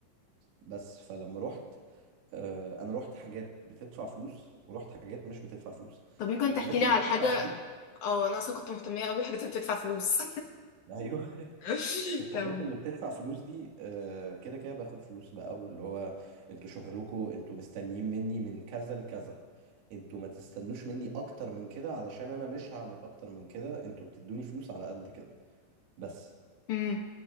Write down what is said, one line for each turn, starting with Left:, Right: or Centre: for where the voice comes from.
Right: بس فلما رحت آه انا رحت حاجات بتدفع فلوس ورحت حاجات مش بتدفع فلوس
Left: طب ممكن
Right: الحاجات
Left: تحكي لي
Right: اللي
Left: على
Right: بتدفع
Left: حاجة
Right: فلوس
Left: اه أنا أصلا كنت مهتمة قوي بالحاجات اللي بتدفع فلوس
Right: <laughs> ايوه
Left: <laughs>
Right: الحاجات
Left: كم
Right: اللي بتدفع فلوس دي آه، كده كده باخد فلوس بقى واللي هو انتوا شغلكوا انتوا مستنيين مني من كذا لكذا انتوا ما تستنوش مني اكتر من كده علشان انا مش هعمل اكتر من كده انتوا بتدوني فلوس على قد كده بس
Left: امم